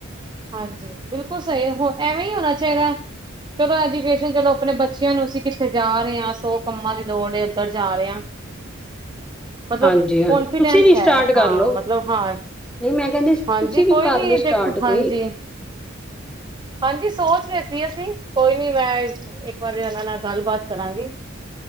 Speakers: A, on the right (about 20°); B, in the centre.
A: ਹਾਂਜੀ, ਬਿਲਕੁਲ ਸਹੀ, ਹੁ ਐਵੇਂ ਹੀ ਹੋਣਾ ਚਾਹੀਦਾ। ਚਲੋ ਐਜੂਕੇਸ਼ਨ, ਚਲੋ ਆਪਣੇ ਬੱਚਿਆਂ ਨੂੰ, ਅਸੀਂ ਕਿੱਥੇ ਜਾ ਰਹੇ ਹਾਂ ਸੌ ਕੰਮਾਂ ਦੀ ਲੋੜ ਏ, ਉੱਧਰ ਜਾ ਰਹੇ ਹਾਂ। ਮਤਲਬ
B: ਹਾਂਜੀ ਹਾਂਜੀ
A: ਕੋਨਫੀਡੈਂਸ
B: ਤੁਸੀਂ ਵੀ ਸਟਾਰਟ
A: ਹੈ
B: ਕਰ
A: ਹਾਂ,
B: ਲਓ
A: ਮਤਲਬ ਹਾਂ।
B: ਨਹੀਂ, ਮੈਂ ਕਹਿੰਦੀ ਸੀ
A: ਹਾਂਜੀ
B: ਤੁਸੀਂ
A: ਕੋਈ
B: ਵੀ ਕਰ
A: ਨੀ,
B: ਲਓ ਸਟਾਰਟ
A: ਦੇਖ ਹਾਂਜੀ
B: ਕੋਈ
A: ਹਾਂਜੀ ਸੋਚ ਰਹੇ ਸੀ ਅਸੀਂ, ਕੋਈ ਨੀ ਮੈਂ ਇੱਕ ਵਾਰੀ, ਉਹਨਾਂ ਨਾਲ ਗੱਲਬਾਤ ਕਰਾਂਗੀ।